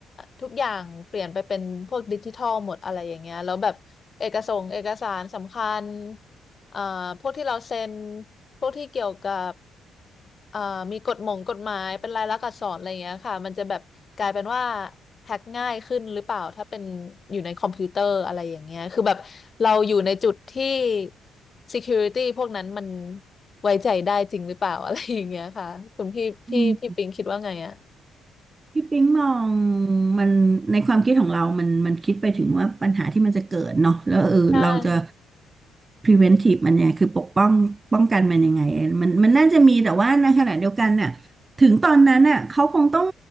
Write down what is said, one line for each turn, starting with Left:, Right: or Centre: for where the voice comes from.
Left: ทุกอย่างเปลี่ยนไปเป็นพวกดิจิทัลหมดอะไรอย่างเงี้ยแล้วแบบเอกสงเอกสารสำคัญ เอ่อพวกที่เราเซ็นพวกที่เกี่ยวกับเอ่อมีกฎหมงกฎหมายเป็นลายลักษณ์อักษรอะไรอย่างเงี้ยค่ะมันจะแบบกลายเป็นว่าแฮ็กง่ายขึ้นหรือเปล่าถ้าเป็นอยู่ในคอมพิวเตอร์อะไรอย่างเงี้ยคือแบบเราอยู่ในจุดที่ security พวกนั้นมันไว้ใจได้จริงหรือเปล่า <laughs> อะไรอย่างเงี้ยค่ะคุณพี่พี่พี่ปิงคิดว่าไงอ่ะ
Right: อืม พี่ปิ๊งมองมันในความคิดของเรามันมันคิดไปถึงว่าปัญหาที่มันจะเกิดเนาะแล้วเออเราจะ
Left: ใช่
Right: preventive มันเนี่ยคือปกป้องป้องกันมันยังไงมันมันน่าจะมีแต่ว่าในขณะเดียวกันน่ะถึงตอนนั้นน่ะเขาคงต้อง